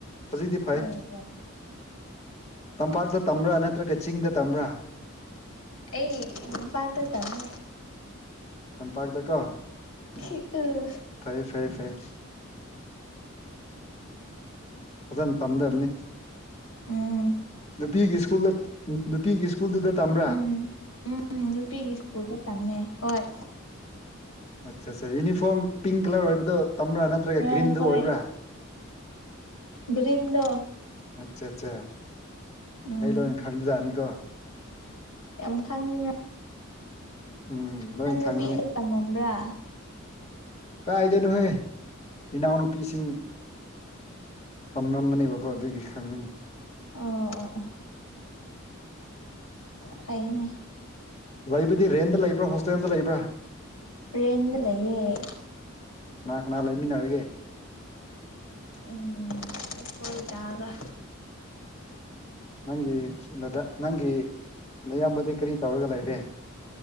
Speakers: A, on the left (about 30°); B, on the left (about 85°).
A: ꯍꯧꯖꯤꯛꯇꯤ ꯐꯩ
B: ꯑꯣ ꯑꯣ
A: ꯇꯝꯄꯥꯛꯇ ꯇꯝꯕ꯭ꯔꯥ ꯅꯠꯇ꯭ꯔꯒ ꯆꯤꯡꯗ ꯇꯝꯕ꯭ꯔꯥ
B: ꯑꯩ ꯇꯝꯄꯥꯛꯇ ꯇꯝꯃꯦ
A: ꯇꯝꯄꯥꯏ ꯗꯀꯣ
B: <unintelligible>
A: ꯐꯩ ꯐꯩ ꯐꯩ ꯐꯖꯅ ꯇꯝꯗꯝꯅꯤ
B: ꯎꯝ
A: ꯅꯨꯄꯤꯒꯤ ꯁ꯭ꯀꯨꯜꯗ ꯅꯨꯄꯤꯒꯤ ꯏꯁ ꯁꯀꯨꯜꯗꯨꯗ ꯇꯝ
B: ꯎꯝ ꯎꯝ ꯅꯨꯄꯤꯒꯤ ꯁꯀꯨꯜꯗ ꯇꯝꯃꯦ ꯍꯣꯏ
A: ꯑꯆꯥ ꯑꯆꯥ ꯌꯨꯅꯤꯐꯣꯔꯝ ꯄꯤꯡ ꯀꯥꯂꯔ ꯑꯣꯏꯕꯗꯣ ꯇꯝꯕ꯭ꯔꯥ ꯅꯠꯇ꯭ꯔꯒ
B: ꯑꯥ
A: ꯒ꯭ꯔꯤꯟꯗꯨ
B: ꯍꯣꯏ
A: ꯑꯣꯏꯕ꯭ꯔꯥ
B: ꯒꯔꯤꯟ ꯗꯣ
A: ꯑꯆꯥ ꯑꯆꯥ
B: ꯎꯝ
A: ꯑꯩ ꯂꯣꯏ ꯈꯪꯕ ꯖꯥꯠꯅꯤꯀꯣ
B: ꯌꯥꯝ ꯈꯪꯉꯤꯅ
A: ꯎꯝ ꯂꯣꯏꯅ
B: ꯅꯪ ꯅꯨꯄꯤꯁꯨ
A: ꯈꯪꯒꯅꯤ
B: ꯇꯝꯃꯝꯕ꯭ꯔꯥ
A: ꯀꯥꯏꯗꯅꯣꯍꯦ ꯏꯅꯥꯎ ꯅꯨꯄꯤꯁꯤꯡ ꯇꯝꯂꯝꯕꯅꯦꯕꯀꯣ ꯑꯗꯨꯒꯤ ꯈꯪꯕꯅꯤ
B: ꯑꯣ ꯑꯣ ꯐꯩꯅꯦ
A: ꯂꯩꯕꯗꯤ ꯔꯦꯟꯗ ꯂꯩꯕ꯭ꯔꯥ ꯍꯣꯁꯇꯦꯜꯗ ꯂꯩꯕ꯭ꯔꯥ
B: ꯔꯦꯟꯗ ꯂꯩꯌꯦ
A: ꯀꯅꯥ ꯀꯅꯥ ꯂꯩꯃꯤꯟꯅꯔꯒꯦ
B: ꯎꯝ ꯑꯩꯈꯣꯏ ꯗꯥꯒ
A: ꯅꯪꯒꯤꯗ ꯅꯪꯒꯤ ꯏꯌꯥꯝꯕꯗꯤ ꯀꯔꯤ ꯇꯧꯔꯒ ꯂꯩꯔꯤ